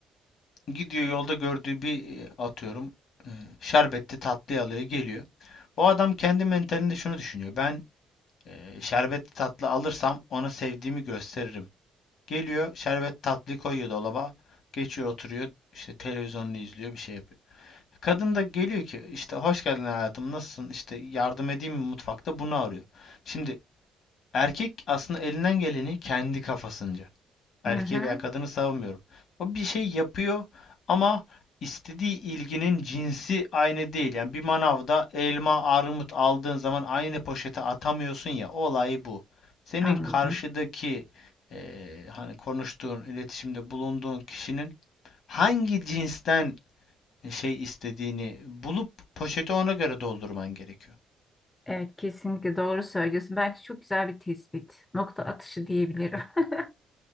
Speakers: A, on the left; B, on the left.
A: Gidiyor yolda gördüğü bir e, atıyorum e, şerbetli tatlı alıyor geliyor. O adam kendi mentalinde şunu düşünüyor. Ben e, şerbetli tatlı alırsam ona sevdiğimi gösteririm. Geliyor şerbet tatlıyı koyuyor dolaba. Geçiyor oturuyor işte televizyonunu izliyor bir şey yapıyor. Kadın da geliyor ki işte hoş geldin hayatım nasılsın işte yardım edeyim mi mutfakta bunu arıyor. Şimdi erkek aslında elinden geleni kendi kafasınca erkeği
B: Hı hı,
A: veya kadını savunmuyorum. O bir şey yapıyor ama istediği ilginin cinsi aynı değil. Yani bir manavda elma, armut aldığın zaman aynı poşete atamıyorsun ya, olay bu. Senin
B: Anladım.
A: karşıdaki eee, hani konuştuğun, iletişimde bulunduğun kişinin hangi cinsten şey istediğini bulup poşeti ona göre doldurman gerekiyor.
B: Evet kesinlikle doğru söylüyorsun. Bence çok güzel bir tespit. Nokta atışı diyebilirim. <laughs>